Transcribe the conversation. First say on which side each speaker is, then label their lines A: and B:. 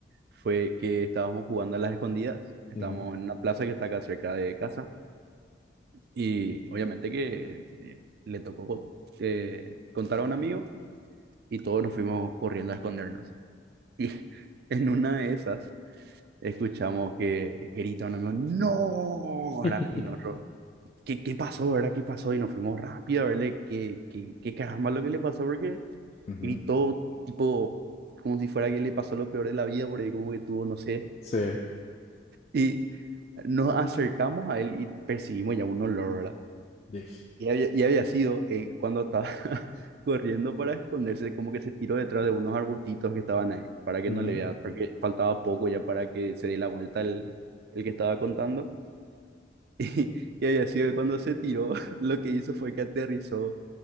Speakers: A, on the right (about 55°); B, on the left (about 35°).
A: fue que estábamos jugando a las escondidas, estábamos
B: ujú,
A: en una plaza que está acá cerca de casa y obviamente que eh, le tocó co- eh, contar a un amigo y todos nos fuimos corriendo a escondernos. Y <laughs> en una de esas escuchamos que grita un amigo, ¡No! ¿verdad?
B: <laughs>
A: Y nosotros, ¿qué, qué pasó, verdad? ¿Qué pasó? Y nos fuimos rápido a verle qué, qué, qué caramba lo que le pasó, porque
B: ujú.
A: gritó, tipo, como si fuera que le pasó lo peor de la vida, por ahí como que tuvo, no sé.
B: Sí,
A: Y nos acercamos a él y percibimos ya un olor, ¿verdad?
B: Dish.
A: Y había, y había sido él cuando estaba <laughs> corriendo para esconderse, como que se tiró detrás de unos arbustitos que estaban ahí, para que
B: ujú.
A: no le vea, porque faltaba poco ya para que se dé la vuelta el, el que estaba contando. <laughs> Y, y Ayazue cuando se tiró, <laughs> lo que hizo fue que aterrizó